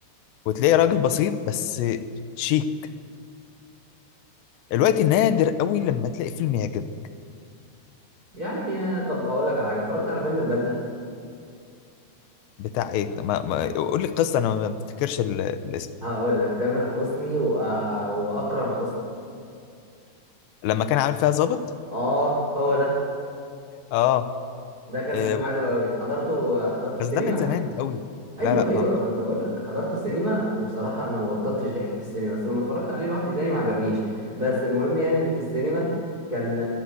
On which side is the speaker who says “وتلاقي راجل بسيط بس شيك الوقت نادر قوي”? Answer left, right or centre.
Left